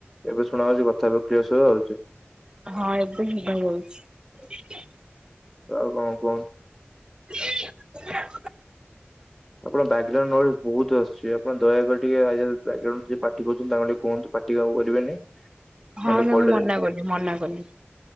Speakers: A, in the centre; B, on the right.
A: ଏବେ ଶୁଣା ହଉଛି କଥା ଏବେ କ୍ଲିୟର ଶୁବା ହଉଛି।
B: ହଁ ଏବେ ଶୁଭା ଯାଉଛି।
A: ତ ଆଉ କଁ କୁହନ୍ତୁ।
B: <unintelligible>
A: ଆପଣ ବ୍ୟାଗ୍ରାଉଣ୍ଡ ନଏଜ୍ ବହୁତ ଆସୁଛି ଆପଣ ଦୟାକରି ଟିକେ ଆଇ ବ୍ୟାଗ୍ରାଉଣ୍ଡୁ ଯିଏ ପାଟି କରୁଛନ୍ତି ତାଙ୍କୁ ଟିକେ କୁହନ୍ତୁ, ପା ଟି ଆଉ କରିବେନି।
B: ହଁ
A: ନହେଲେ
B: ତାକୁ
A: କଲଟା
B: ମନା
A: ରି
B: କଲି, ମନା କଲି।